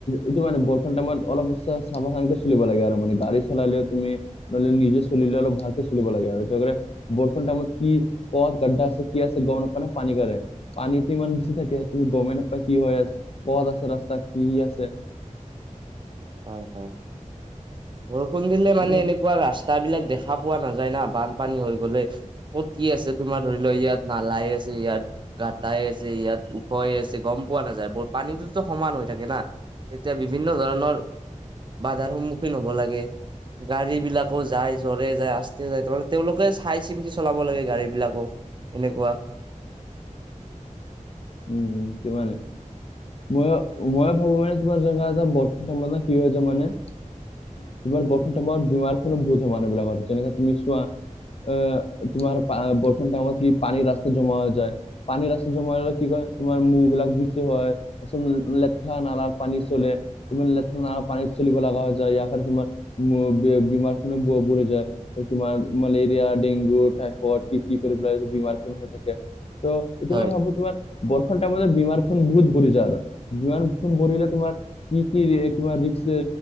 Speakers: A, on the left; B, on the right.
A: এইটো মানে বৰষুণটাইমত অলপ সাবধানকে চলিব লাগে আৰু মানে গাড়ী চলালেও তুমি - নহলে নিজে চলিলে অলপ ভালকে চলিব লাগে আৰু কি কৰে বৰষুনটাইমত কি কথ গাড্ডা আছে। কি আছে গম নাপায় নে পানী কাৰণে পানীটো ইমান বেছি থাকে তুমি গমেই নাপায় কি হয় আছ। পদ আছে ৰাস্তা কি আছে?
B: হয় হয়, বৰষুণ দিলে
A: এইটো
B: মানে
A: মা-
B: এনেকুৱা- কুৱা ৰাস্তা বিলাক দেখা পোৱা নাযায় না বানপানী হৈ গ'লে। কত কি আছে তোমাৰ ধৰি লও ইয়াত নালাই আছে ইয়াত। কটাই আছে ইয়াত ওখয় আছে গম পোৱা নাযায় ব পানীটোতো সমান হৈ থাকে না। তেতিয়া বিভিন্ন ধৰণৰ- বাধাৰ সন্মুখীন হ'ব লাগে। গাড়ী বিলাকো যায় জ্বৰে যায় আষ্টে যায় তেওঁলোকে চাই চিন্তি চলাব লাগে গাড়ী বিলাকো এনেকুৱা
A: উম উ সিমানে মই ময় ভাবো মানে তোমাৰ জেগা এটাৰ মানে কি হৈ যায় মানে- তোমাৰ বৰমাৰ বমাৰো বোজ মানুহবিলাকৰ যেনেকে তুমি চোৱা। আ তোমাৰ বৰষুণ টাইমত কি পানীৰ ৰাস্তা জমা হৈ যায় পানীৰ ৰাস্তা জমা হৈ কি কয় তোমাৰ মহ বিলাক বেছি হয় লেথৰা নালাৰ পানী চলে। লেথাৰ নালা পানী চলিব লগা হৈ যায় ইয়া কাৰনে তোমাৰ উ বেমাৰ খো বঢ়ি যায় তোমাৰ মালেৰিয়া ডেংগু টাইফইড কি কি কৰি পেলাই বিমাৰ কোনো হৈ থাকে ত- এইটো
B: হয়
A: মই ভাবো তোমাৰ বৰষুণ টাইমত বিমাৰ খন বহুত বঢ়ি যায় আৰু বিমান খন বঢ়িলে তোমাৰ। কি কি কিবা ৰিক্স